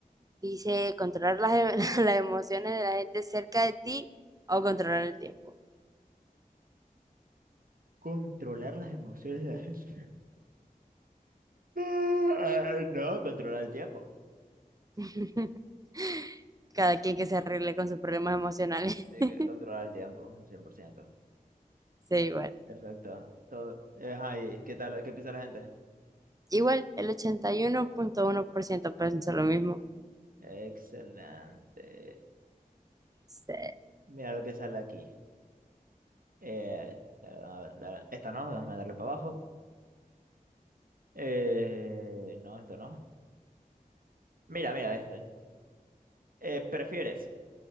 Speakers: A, on the right; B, on the right.
A: dice controlar las, em- <laughs> las emociones de la gente cerca de ti o controlar el tiempo.
B: Controlar las emociones de la gente. <laughs> Ah, No, controlar el tiempo.
A: <laughs> Cada quien que se arregle con sus problemas emocionales.
B: Sí,
A: <laughs>
B: que controlar el tiempo, cien por ciento,
A: Sí, igual.
B: Perfecto. Todo... eh, Ajá, ¿y ¿qué tal? ¿Qué piensa la gente?
A: Igual, el ochenta y uno uno punto uno por ciento piensa lo mismo.
B: Excelente.
A: Sí.
B: Mira lo que sale aquí. Eh, la- la- la- esta no, déjame darle para abajo. Eh, no, esto no. Mira, mira este. Eh, ¿prefieres